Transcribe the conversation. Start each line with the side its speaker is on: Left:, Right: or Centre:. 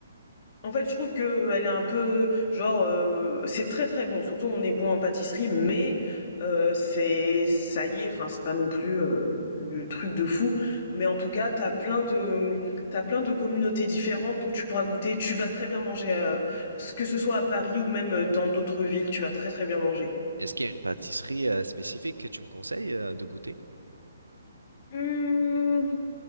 Left: En fait, je trouve que elle est un peu genre euh, c'est très très bon. Surtout, on est bon en pâtisserie, mais euh, c'est ça y est. Enfin, c'est pas non plus euh, le truc de fou. Mais en tout cas, t'as plein de t'as plein de communautés différentes, donc tu pourras goûter. Tu vas très bien manger, euh, que ce soit à Paris ou même euh, dans d'autres villes, tu vas très très bien manger.
Right: Est-ce qu'il y a une pâtisserie euh, spécifique que tu me conseilles euh, de goûter?
Left: Hum,